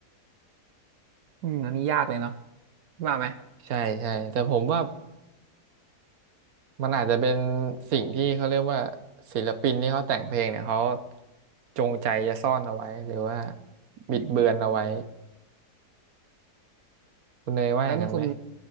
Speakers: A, on the right; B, on the right.
A: อืมอันนี้ยากเลยเนาะว่าไหม
B: ใช่ใช่แต่ผมว่ามันอาจจะเป็นสิ่งที่เขาเรียกว่าศิลปินที่เขาแต่งเพลงเนี่ยเขาจงใจจะซ่อนเอาไว้หรือว่าบิดเบือนเอาไว้
A: อืม
B: คุณเนยว่าอย่างนั้นไหม
A: แล้วนี่คุณ